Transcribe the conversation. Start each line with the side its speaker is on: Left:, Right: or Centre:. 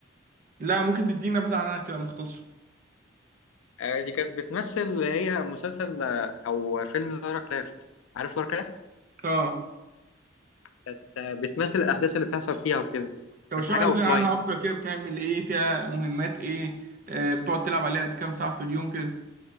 Right: لا ممكن تديني نبذة عنها كده مختصر
Left: آه دي كانت بتمثل اللي هي مسلسل آه أو فيلم لارا كرافت عارف لارا كرافت؟
Right: اه
Left: كانت آه بتمثل الأحداث اللي بتحصل فيها وكده
Right: طب
Left: بس
Right: اشرح
Left: حاجة
Right: لي
Left: أوفلاين
Right: كده عنها أكتر كده بتعمل إيه فيها مهمات إيه آه، بتقعد تلعب عليها قد كام ساعة في اليوم كده